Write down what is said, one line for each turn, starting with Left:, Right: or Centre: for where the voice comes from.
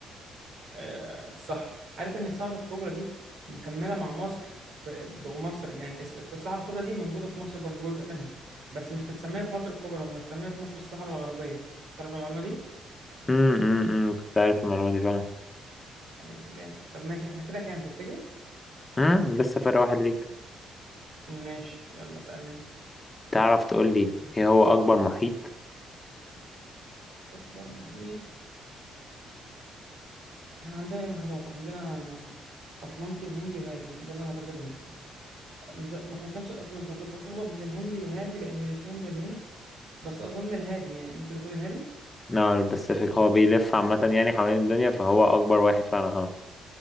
Right: آه، صح عارف ان الصحراء الكبرى دي مكمله مع مصر في ومصر يعني اس- الصحراء الكبرى دي موجوده في مصر برضو جزء منها بس مش متسميه في مصر الكبرى متسميه في مصر الصحراء الغربيه تعرف المعلومه دي
Left: امم امم أمم، كنت عارف المعلومة دي فعلا
Right: ايوه جامد طب ماشي احنا كده كام تفتكر
Left: امم لسه فرق واحد ليك
Right: ماشي يلا اسالني انت
Left: تعرف تقول لي ايه هو اكبر محيط؟
Right: اكبر محيط احنا عندنا ايه محيطات عندنا اطلنطي وهندي وهادي ده اللي انا فاكرهم مش ما ما كانش الاطلنطي انا كنت بتلخبط بين الهندي والهادي لان الاتنين باله بس اظن الهادي يعني ممكن يكون الهادي
Left: لا الباسيفيك هو بيلف عامة يعني حوالين الدنيا فهو اكبر واحد فعلا اه